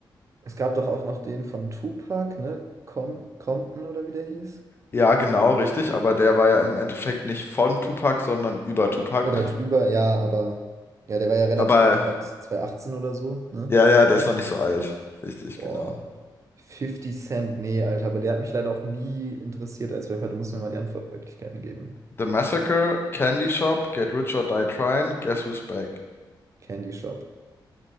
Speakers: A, on the right; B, on the left.
A: Es gab doch auch noch den von Tupac, ne? Com Compton oder wie der hieß.
B: Ja, genau, richtig, aber der war ja im Endeffekt nicht von Tupac, sondern über Tupac.
A: Oder über, ja, aber ja, der war ja relativ,
B: Aber
A: äh, wann ist das, 2018 oder so, ne?
B: ja, ja, der ist noch nicht so alt. Richtig,
A: Boah,
B: genau.
A: 50 Cent, nee, Alter, aber der hat mich leider auch nie interessiert als Rapper. Du musst mir mal die Antwortmöglichkeiten geben.
B: The Massacre, Candy Shop, Get Rich or Die Tryin', Guess Who's Back?
A: Candy Shop.